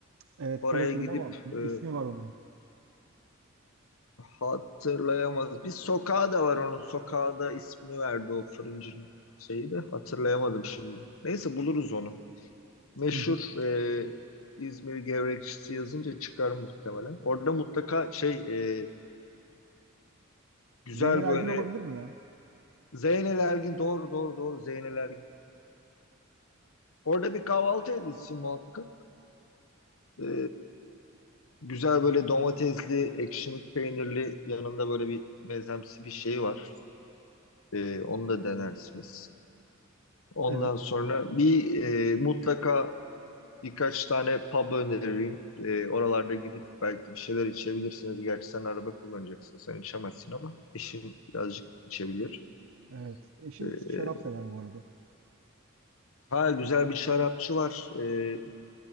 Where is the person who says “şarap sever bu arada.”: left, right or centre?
Right